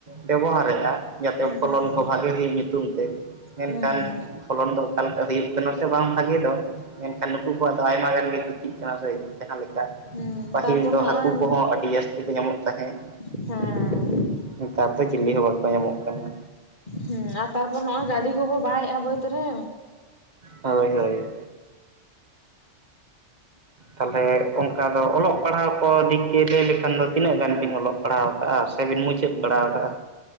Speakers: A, on the right (about 35°); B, on the left (about 40°).
A: ᱵᱮᱵᱚᱦᱟᱨᱮᱼᱟ᱾ ᱡᱟᱛᱮ
B: ᱦᱮᱸ ᱦᱮᱸ
A: ᱯᱷᱚᱞᱚᱱ ᱠᱚ ᱵᱷᱟᱜᱮ ᱦᱩᱭᱩᱜ ᱧᱩᱛᱩᱢ ᱛᱮ ᱢᱮᱱᱠᱷᱟᱱ
B: ᱦᱮᱸ
A: ᱯᱷᱚᱞᱚᱱ ᱫᱚ ᱚᱠᱟᱞᱮᱠᱟ ᱦᱩᱭᱩᱜ ᱠᱟᱱᱟ᱾ ᱥᱮ ᱵᱟᱝ ᱵᱷᱟᱜᱮ ᱫᱚ ᱢᱮᱱᱠᱷᱟᱱ ᱱᱩᱠᱩ ᱠᱚᱣᱟᱜ ᱫᱚ ᱟᱭᱢᱟ ᱜᱟᱱ ᱜᱮ ᱜᱤᱛᱤᱡ ᱠᱟᱱᱟ ᱥᱮ ᱡᱟᱦᱟᱸ ᱞᱮᱠᱟ
B: ᱦᱮᱸ
A: ᱯᱟᱹᱦᱤᱞ
B: ᱛᱟᱨᱯᱚᱨ
A: ᱫᱚ
B: ᱱᱚᱜᱼᱚᱭ
A: ᱦᱟᱹᱠᱩ ᱠᱚᱦᱚᱸ ᱟᱹᱰᱤ ᱡᱟᱹᱥᱛᱤ ᱠᱚ ᱧᱟᱢᱚᱜ ᱛᱟᱦᱮᱸᱫ᱾
B: ᱦᱮᱸ
A: ᱱᱮᱛᱟᱨ ᱫᱚ ᱪᱤᱞᱤ ᱦᱚᱸ ᱵᱟᱠᱚ ᱧᱟᱢᱚᱜ ᱠᱟᱱᱟ᱾
B: ᱦᱩᱸ ᱟᱨ ᱛᱟᱨᱯᱚᱨ ᱱᱚᱜᱼᱚᱭ ᱜᱟᱹᱰᱤ ᱠᱚᱠᱚ ᱵᱟᱭᱮᱜᱼᱟ ᱵᱟᱹᱫᱽ ᱨᱮ
A: ᱦᱳᱭ ᱦᱳᱭ ᱛᱟᱞᱦᱮ ᱚᱱᱠᱟ ᱫᱚ ᱚᱞᱚᱜ ᱯᱟᱲᱦᱟᱣ ᱠᱚ ᱫᱤᱠ ᱛᱮ ᱞᱟᱹᱭ ᱞᱮᱠᱷᱟᱱ ᱫᱚ ᱛᱤᱱᱟᱹᱜ ᱜᱟᱱ ᱵᱤᱱ ᱚᱞᱚᱜ ᱯᱟᱲᱦᱟᱣ ᱠᱟᱜᱼᱟ ᱥᱮᱵᱤᱱ ᱢᱩᱪᱟᱹᱫ ᱵᱟᱲᱟ ᱠᱟᱜᱼᱟ᱾